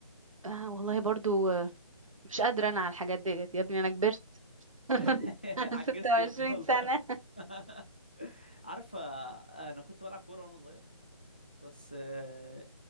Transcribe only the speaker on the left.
<laughs> عجزت
يا ابني والله
<laughs> عارف آه، انا كنت بلعب كوره وانا صغير بس آه،